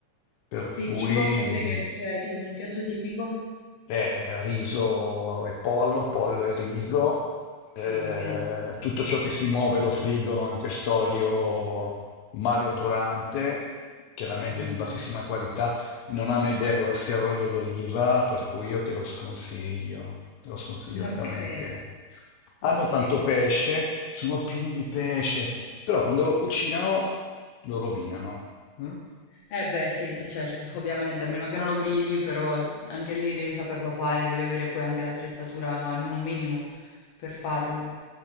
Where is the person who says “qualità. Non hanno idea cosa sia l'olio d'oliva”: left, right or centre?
Left